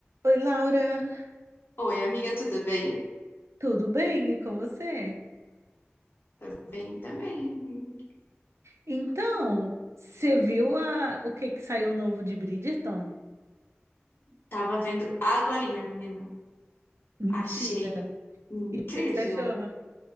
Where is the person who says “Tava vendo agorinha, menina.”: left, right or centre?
Left